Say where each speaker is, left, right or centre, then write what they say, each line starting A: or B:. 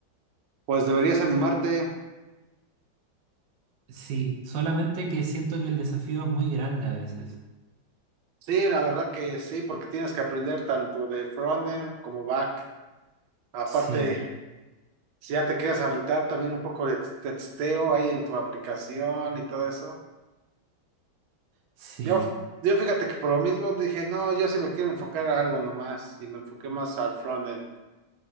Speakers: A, on the right; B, on the right.
A: Pues deberías animarte.
B: Sí, solamente que siento que el desafío es muy grande a veces.
A: Sí, la verdad que sí, porque tienes que aprender tanto de frontend como back. Aparte,
B: Sí,
A: Si ya te quieres aventar también un poco de testeo ahí en tu aplicación y todo eso.
B: sí.
A: Yo, yo fíjate que por lo mismo dije, no, yo sí me quiero enfocar a algo nomás y me enfoqué más al frontend,